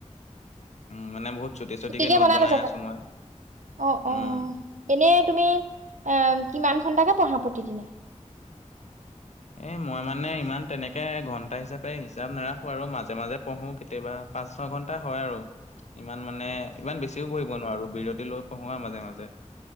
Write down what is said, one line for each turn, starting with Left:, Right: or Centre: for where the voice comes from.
Left: উম, মানে বহুত চুটি চুটিকে
Right: ছুটিকে
Left: নোট বনাই
Right: লৈছা
Left: আছোঁ মই।
Right: অ',
Left: উম।
Right: অ'। এনেই তুমি অহ কিমান ঘন্টাকে পঢ়া। প্ৰতিদিনে।
Left: এ মই মানে ইমান তেনেকে ঘন্টা হিচাপে হিচাপ নাৰাখো আৰু মাজে মাজে পঢ়োঁ কেতিয়াবা। পাঁচ ছয় ঘণ্টা হয় আৰু। ইমান মানে, ইমান বেছিও পঢ়িব নোৱাৰোঁ বিৰতি লৈ পঢ়ো আহ মাজে-মাজে।